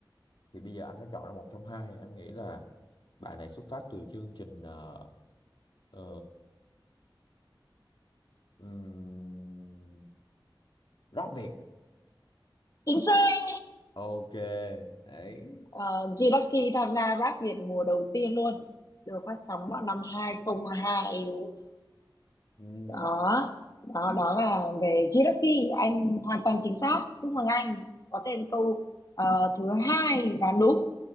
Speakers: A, on the left (about 65°); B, on the left (about 45°).
A: thì bây giờ anh sẽ chọn ra một trong hai anh nghĩ là bạn này xuất phát từ chương trình ờ, ờ, ừm, rap Việt
B: chính xác
A: ok đấy
B: uh, G Ducky tham gia Rap Việt mùa đầu tiên luôn được phát sóng vào năm 2002
A: Ừm,
B: đó đó đó là về Jiraki anh hoàn toàn chính xác chúc mừng anh có thêm câu ờ, thứ hai và đúng